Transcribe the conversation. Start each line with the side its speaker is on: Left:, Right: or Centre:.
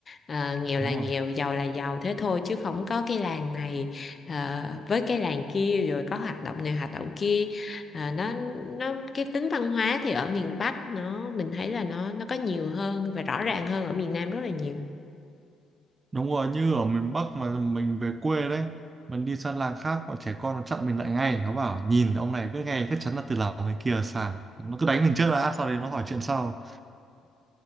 Left: À, nghèo là
Right: đúng rồi.
Left: nghèo, giàu là giàu thế thôi chứ không có cái làng này ờ, với cái làng kia rồi có hoạt động này hoạt động kia à, nó nó cái tính văn hóa thì ở miền Bắc nó mình thấy là nó nó có nhiều hơn và rõ ràng hơn ở miền Nam rất là nhiều
Right: Đúng rồi, như ở miền Bắc mà mình về quê đấy, mình đi sang làng khác, bọn trẻ con nó chặn mình lại ngay, nó bảo nhìn ông này cứ nghe chắc chắn là từ làng người kia sang. Nó cứ đánh mình trước đã, sau đấy nó hỏi chuyện sau.